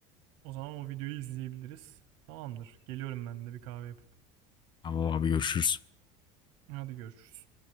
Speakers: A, on the right (about 75°); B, on the left (about 30°).
A: O zaman o videoyu izleyebiliriz. Tamamdır. Geliyorum ben de bir kahve yapıp.
B: Tamam abi görüşürüz.
A: Hadi görüşürüz.